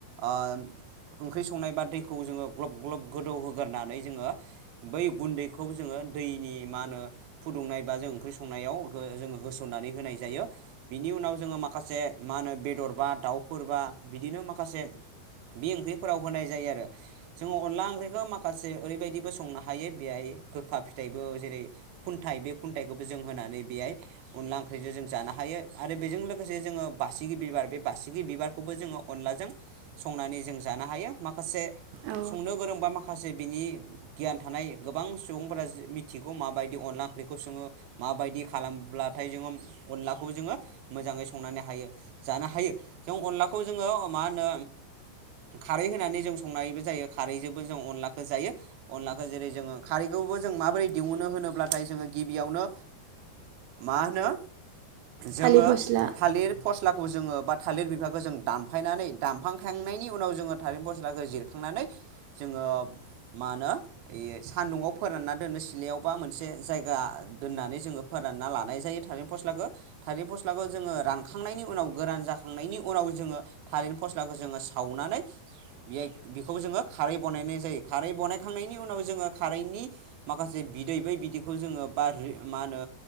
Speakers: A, on the right (about 65°); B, on the right (about 80°).
A: ओ ओंख्रि संनाय बा दैखौ जोङो ग्लब ग्लब गोदौहोगोरनानै जोङो बै गुन्दैखौ जोङो दैनि मा होनो फुदुंनाय बा जों ओंख्रि संनायाव जोङो होसननानै होनाय जायो बिनि उनाव जोङो माखासे मा होनो बे बेदरबा दाउफोरबा बिदिनो माखासे बे ओंख्रिफोराव होनाय जायो आरो जोङो अनला ओंख्रिखो माखासे ओरैबायदिबो संनो हायो बेहाय गोखा फिथाइबो जेरै खुन्थाइ बे खुन्थायखौबो जों होनानै बेहाय अनला ओंख्रिजों जों जानो हायो आरो बेजों लोगोसे जोङो बासिगि बिबार बे बासिगि बिबारखौबो जोङो अनलाजों संनानै जों जानो हायो माखासे
B: औ
A: संनो गोरोंबा माखासे बिनि गियान थानाय गोबां सुबुंफोरा मिथिगौ माबायदि अनला ओंख्रिखौ सोङो माबायदि खालामब्ला नाथाय जोङो अनलाखौबो जोङो मोजाङै संनानै हायो जानो हायो। हायो जों अनलाखौ जोङो मा होनो? खारै होनानै जों संनायबो जायो खारैजोंबो जों अनलाखौ जायो। अनलाखौ जेरै जोङो खारै बेखौबो जों माबोरै दिहुनो होनोब्लाथाय जोङो गिबियावनो मा होनो जोङो
B: थालिर फस्ला
A: थालिर फस्ला खौ जोङो बा थालिर बिफांखौ जों दानफायनानै दानफांखांनायनि उनाव जोङो थालिर फस्लाखौ जिरखांनानै जोङो मा होनो बे सान्दुंआव फोरानना दोननो सिलायावबा मोनसे जायगा दोननानै जोङो फोरानना लानाय जायो थालिर फस्लाखौ। थालिर फस्लाखौ जोङो रान खांनायनि उनाव गोरान जाखां खांनायनि उनाव जोङो थालिर फस्लाखौ जोङो सावनानै बे बेखौ जोङो खारै बानायनाय जायो खारै बानायखांनायनि उनाव जोङो खारैनि माखासे बिदै बै बिदैखौ जोङो बा मा होनो